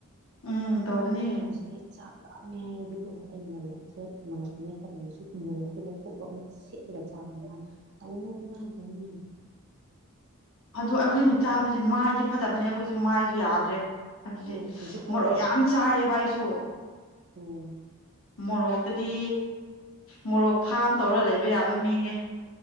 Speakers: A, on the left; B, on the right.
A: ꯎꯝ
B: ꯆꯥꯛꯂꯥꯝꯃꯤ
A: ꯇꯧꯕꯅꯦ
B: ꯍꯧꯖꯤꯛ ꯑꯩ ꯆꯥꯛ ꯂꯥꯞꯃꯦ ꯍꯥꯏꯔꯗꯤꯀꯣ ꯑꯩ ꯃꯔꯣꯛꯁꯦ ꯃꯔꯣ ꯃꯦꯞꯄꯗꯔꯁꯨ ꯎꯃꯣꯔꯣꯛꯇꯣ ꯂꯧꯊꯣꯛꯑꯒ ꯑꯃꯨꯛ ꯁꯦꯠꯂꯒ ꯆ ꯄꯕꯅ ꯇꯧꯅꯨ ꯑꯗꯨꯃꯥꯏꯅ ꯇꯧꯅꯨ
A: ꯑꯗꯨ ꯑꯩꯈꯣꯏꯅ ꯆꯥꯕꯁꯦ ꯃꯥꯏꯗꯤ ꯐꯠꯇꯕꯅꯦ ꯑꯩꯈꯣꯏꯁꯨ ꯃꯥꯏꯁꯨ ꯌꯥꯗ꯭ꯔꯦ ꯍꯥꯏꯕꯗꯤ
B: ꯍꯣꯏ ꯍꯧꯖꯤꯛ ꯐꯥꯎꯗꯤ
A: ꯃꯣꯔꯣꯛ ꯌꯥꯝ ꯆꯥꯏꯌꯦꯕ ꯑꯩꯁꯨ
B: ꯎꯝ
A: ꯃꯣꯔꯣꯛꯇꯗꯤ ꯃꯣꯔꯣꯛ ꯐꯥꯝ ꯇꯧꯔꯒ ꯂꯩꯕ ꯌꯥꯕ ꯃꯤꯅꯦ